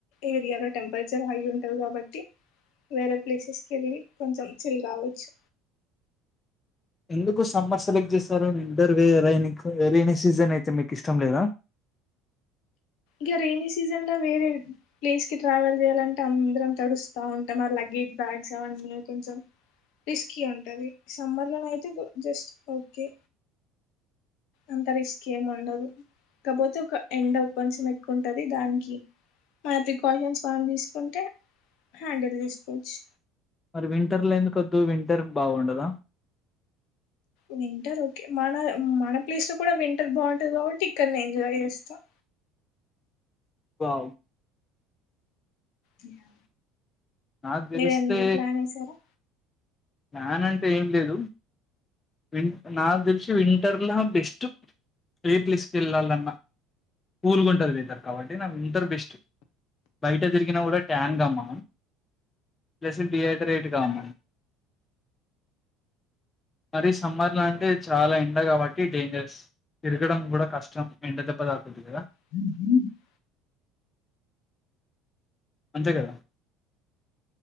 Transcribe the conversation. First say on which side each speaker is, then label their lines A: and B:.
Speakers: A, on the left; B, on the left.
A: ఏరియాలో టెంపరేచర్ హై ఉంటుంది కాబట్టి వేరే ప్లేసెస్కి వెళ్ళి కొంచెం చిలి కావచ్చు
B: ఎందుకు సమ్మర్ సెలెక్ట్ చేశారు ఇద్దరు ర రెైన సీజన్ అయితే మీకు ఇష్టం లేదా
A: ఇంక రెైనీ సీజన్ లో వేరే ప్లేస్ కి ట్రావెల్ చేయాలంటే అందరం తడుస్తా ఉంటాం ఆ లగేజ్ బ్యాగ్స్ అవన్నీ కొంచెం రిస్కీ ఉంటుంది సమ్మర్ లోనే అయితే జస్ట్ ఓకే అంత రిస్కీ ఏమి ఉండదు కాకపోతే ఒక ఎండ్ కొంచెం ఎక్కువ ఉంటుంది దానికి మన ప్రికాషన్స్ మనం తీసుకుంటే హ్యాండిల్ చేసుకోవచ్చు
B: మరి వింటర్ లో ఎందుకు వద్దు వింటర్ బాగుండదా
A: వింటర్ ఓకే మన మన ప్లేస్ లో కూడా వింటర్ బాగుంటంది కాబట్టి ఇక్కడనే ఎంజాయ్ చేస్తాం
B: వావ్
A: అ
B: నాకు తెలిస్తే
A: మీర ఎన్న ప్లాన్ వసారా
B: ప్లాన్ అంటూ నానంటే ఏం లేదు వి నాకు తెలిసి వింటర్లో బెస్ట్ స్ీట్లెస్ పళ్ళాలన్నా కూల్గా ఉంటుది వింటర్ కాబట్టి నా వింటర్ బెస్ట్ బయట తిరిగిన కూడా ట్యాన్క్ అమ్మ ప్లస్ డిహైడరేట్గా అమ్మం మరి సమ్మర్లా అంటే చాలా ఎండ కాబట్టి డేంజరస్ తిరగడం కూడా కష్టం ఎండ దెబ్బ దాకుంది కదా
A: వేసారా
B: అంతే కదా